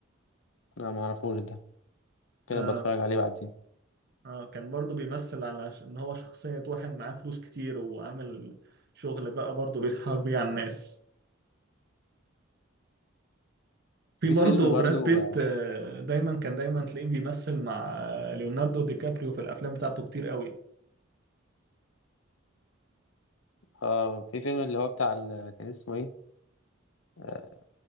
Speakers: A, on the left; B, on the right.
A: لا ما اعرفوش ده كده
B: اه
A: بتفرج عليه بعدين
B: اه كان برضه بيمثل على ش- ان هو شخصية واحد معاه فلوس كتير وعامل شغل بقى برضه بيتحرك بيه على الناس في
A: وفي
B: برضه
A: فيلم برضو
B: براد بيت آه، دايما كان دايما تلاقيه بيمثل مع آه، ليوناردو دي كابريو في الافلام بتاعته كتير قوي
A: اه في فيلم اللي هو بتاع ال... كان اسمه ايه آه،